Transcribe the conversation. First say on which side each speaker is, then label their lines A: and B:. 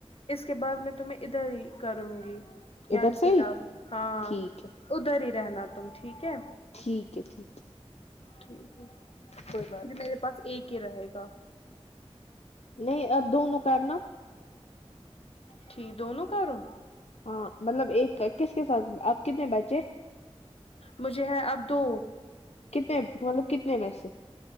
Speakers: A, on the left; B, on the left.
A: اس کے بعد میں تمہیں ادھر ہی کروں گی یہیں
B: ادھر
A: سے
B: ہی
A: کرو ہاں
B: ٹھیک ہے
A: ادھر ہی رہنا تم ٹھیک ہے
B: ٹھیک ہے ٹھیک ہے
A: ٹھیک ہے
B: کوئی بات
A: پھر میرے پاس ایک ہی رہے گا
B: نہیں اب دونوں کرنا
A: ٹھیک دونوں کرو
B: ہاں مطلب ایک کا کس کے ساتھ اب کتنے بچے
A: مجھے ہے اب دو
B: کتنے مطلب کتنےمیں پیسے